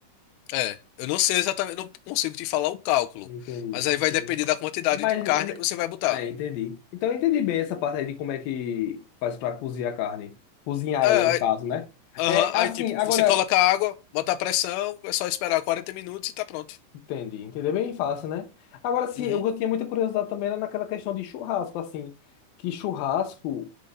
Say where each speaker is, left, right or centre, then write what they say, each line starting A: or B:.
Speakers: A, on the left (about 85°); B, on the left (about 70°).
A: É, eu não sei exatamente, não consigo te falar o cálculo,
B: Entendi.
A: mas aí
B: entendi.
A: vai depender da quantidade
B: Mas.
A: de carne
B: né,
A: que você vai botar.
B: É, entendi. Então eu entendi bem essa parte aí de como é que faz pra cozinhar a carne. Cozinhar
A: É,
B: ela, no caso, né?
A: Aham,
B: É
A: aí
B: assim,
A: tipo,
B: agora.
A: você coloca a água, bota a pressão, é só esperar 40 minutos e tá pronto.
B: Entendi, entender bem fácil, né? Agora sim,
A: Uhum.
B: eu, eu tinha muita curiosidade também era naquela questão de churrasco, assim. Que churrasco,